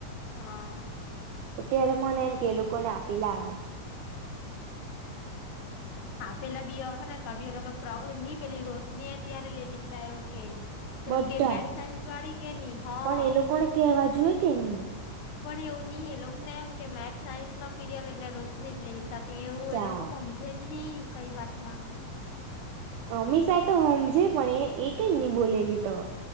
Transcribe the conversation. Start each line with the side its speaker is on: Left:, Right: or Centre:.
Left: હા...
Right: ત્યારે મને એમ કે લોકો ને આપીલા હે.
Left: આપેલા બી અહેને તો બી, એ લોકો પ્ર ની પેલી રોશનીએ ત્યારે લેય લીધલા એવું કેય. કેમ
Right: બધા
Left: કે મેથ્સ-સાયન્સ વાડી કે ની. હા
Right: પણ એ લોકોને કેવા જુએ કે ની.
Left: પણ એવું ની. એ લોકોને એમ કે એમ કે મેથ્સ-સાયન્સ ના પીરિયડ એટલે રોશની જ લઈ શકે. એવું.
Right: ચાલ
Left: એ લોકો હમજે જ ની, કઈ વાતમાં અમે
Right: અમીષા એ તો હમજે પણ એ, એ કેમ ની બોલેલી ટ.